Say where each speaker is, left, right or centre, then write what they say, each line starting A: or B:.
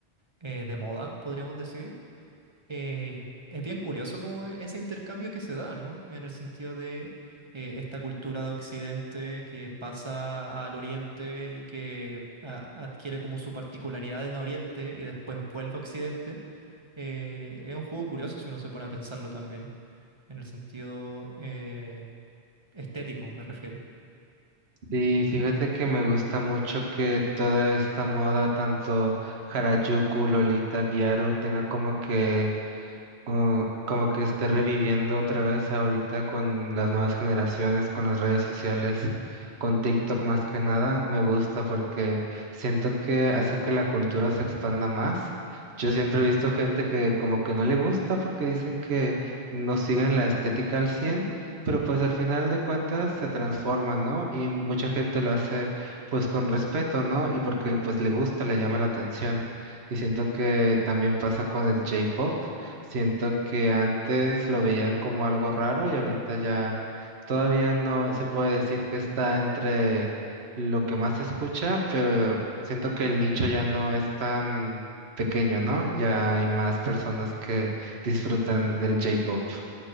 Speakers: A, on the right (about 30°); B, on the right (about 75°).
A: eh, de moda, podríamos decir. Eh, es bien curioso como e- ese intercambio que se da, ¿no? En el sentido de eh, esta cultura de Occidente que pasa al Oriente y que a- adquiere como su particularidad en Oriente y después vuelve a Occidente. Eh, es un juego curioso si uno se pone a pensarlo también, en el sentido eh, estético, me refiero.
B: Y fíjate que me gusta mucho que toda esta moda, tanto Harajuku, Lolita, Gyaru, tenga como que uh, como que esté reviviendo otra vez ahorita con las nuevas generaciones, con las redes sociales, con TikTok más que nada, me gusta porque siento que hace que la cultura se expanda más. Yo siempre he visto gente que como que no le gusta porque dicen que no siguen la estética al 100, pero pues al final de cuentas se transforma, ¿no? Y mucha gente lo hace pues con respeto, ¿no? Y porque pues le gusta, le llama la atención. Y siento que también pasa con el J-pop. Siento que antes lo veían como algo raro y ahorita ya todavía no se puede decir que está entre lo que más se escucha, pero siento que el nicho ya no es tan pequeño, ¿no? Ya hay más personas que disfrutan del J-pop.